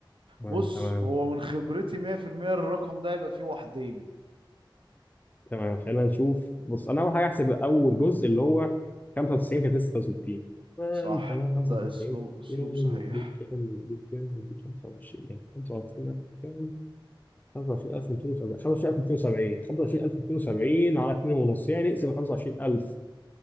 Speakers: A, on the left; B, on the right.
A: تمام
B: بص
A: تمام
B: هو من خبرتي 100% الرقم ده يبقى فيه واحدين
A: تمام خلينا نشوف بص انا اول حاجه احسب اول جزء اللي هو 95 في 66 تمام
B: صح
A: تمام 95
B: ده اسلوب
A: في
B: اسلوب
A: 200
B: صحيح
A: يديك كام يديك كام يديك 25000 25000 كام 25270 25270 25270 على 2 ونص يعني اقسم 25000